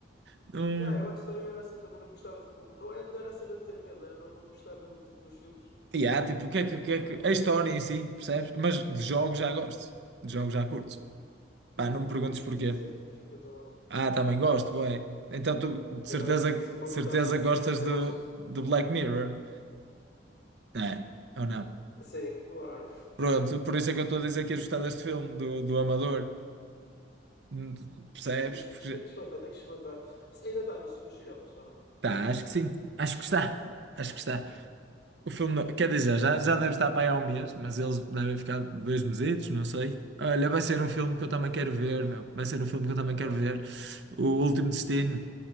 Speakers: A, on the right; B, on the left.
A: Não.
B: Yeah, eu antes também era assim, também não gostava, tipo, não, é, não era a cena de ter medo, era não, não gostar mesmo tipo, dos filmes,
A: E há, tipo, o que
B: mas
A: é que,
B: tipo,
A: o que
B: aprendi
A: é que.
B: a
A: A
B: gostar.
A: história em si, percebes? Mas de jogos já gosto. De jogos já curto.
B: Eu
A: Pá,
B: curto
A: não me perguntes
B: ficção
A: porquê.
B: científica também.
A: Ah, também gosto, bué. Então tu de
B: Mas
A: certeza,
B: agora se,
A: de
B: se me perguntares
A: certeza
B: um filme
A: gostas
B: deles,
A: de,
B: um-
A: de Black Mirror? Não é? Ou não?
B: sim, claro.
A: Pronto, por isso é que eu estou a dizer que ia gostar deste filme, do, do Amador. Hum, Percebes?
B: Tenho que,
A: Porque
B: tenho que experimentar, tenho que experimentar. Isso Ainda está no nos cinemas, ou não?
A: Tá, acho que sim. Acho que está. Acho que está. o filme
B: Tenho
A: não...
B: que
A: Quer
B: ir,
A: dizer,
B: tenho que
A: já,
B: ir
A: já
B: ver.
A: deve estar para aí há um mês, mas eles devem ficar dois mesitos, não sei. Olha, vai ser um filme que
B: Não
A: eu também
B: faço ideia,
A: quero ver,
B: por acaso.
A: meu. Vai ser um filme que eu também
B: Qual?
A: quero ver. O Último Destino.